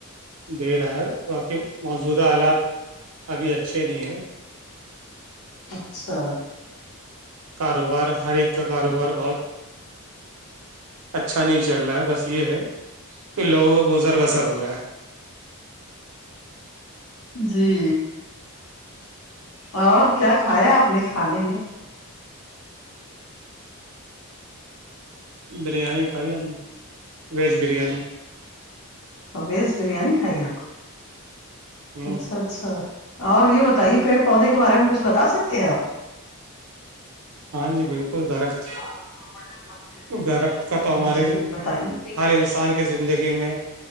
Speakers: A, on the right; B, on the left.
A: دے رہا ہے باقی موجودہ حالات ابھی اچھے نہیں ہیں
B: اچھا
A: کاروبار ہر ایک کا کاروبار بہت اچھا نہیں چل رہا ہے بس یہ ہے کہ لوگوں کا گزر بسر ہو رہا ہے
B: جی اور کیا کھایا آپ نے کھانے میں
A: بریانی کھائی ہم نے ویج بریانی
B: ویز بریانی کھائی آپ نے
A: ہ
B: اچھا اچھا اور یہ بتائیے پیڑ پودے کے بارے میں کچھ بتا سکتے ہیں آپ
A: ہاں جی بالکل درخت
B: <inaudible> <unintelligible>
A: درخت کا تو ہمارے
B: جی بتائیے
A: ہر انسان کی زندگی میں